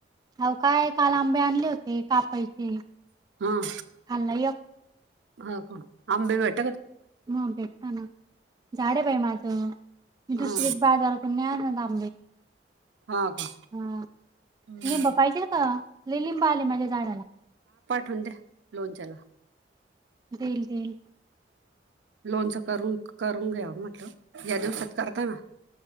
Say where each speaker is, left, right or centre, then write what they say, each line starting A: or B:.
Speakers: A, on the right; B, on the right.
A: हो काय काल आंबे आणले होते कापायचे
B: हम
A: खाल्ला एक
B: हा का अंबेबट
A: म भेटताना झाडे बाई माझं मी
B: हा
A: दुसरी बाजारकून न आण द
B: हा का
A: हा
B: हम्म.
A: लिंब पाहिजे का लिंब आले माझ्या झाडाला
B: र द लोन चला
A: दई दईल
B: लोनच करून करून घ्या म्हटल या दिवसात करताना